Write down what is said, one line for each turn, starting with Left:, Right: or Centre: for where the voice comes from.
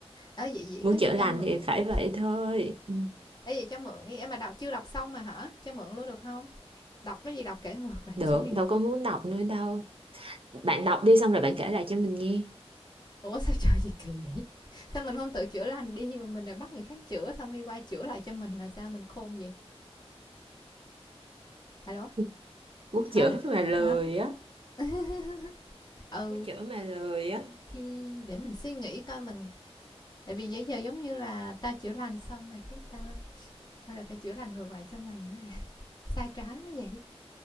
Left: vậy vậy
Right: muốn
Left: có gì
Right: chữa
Left: cho
Right: lành
Left: mượn,
Right: thì phải vậy thôi ừ.
Left: ở vậy cho mượn đi, ê, mà đọc chưa đọc xong mà hả? Cho mượn luôn được không Đọc cái gì đọc kể ngược lại
Right: được
Left: cho nghe.
Right: đâu có muốn đọc nữa đâu bạn đọc đi xong rồi bạn kể lại cho mình nghe
Left: ủa sao trời gì kỳ vậy sao mình không tự chữa lành đi mà mình lại bắt người khác chữa xong đi qua chữa lại cho mình là sao mình khôn vậy alo
Right: <laughs> muốn chữa
Left: Ờ, ờ,
Right: mà lười
Left: hả
Right: á
Left: <laughs> ừ
Right: muốn chữa mà lười á
Left: thì để mình suy nghĩ coi mình tại vì bây giờ giống như là tao chữa lành xong rồi cái tao tao lại phải chữa lành ngược lại cho mày nữa à sai trái quá vậy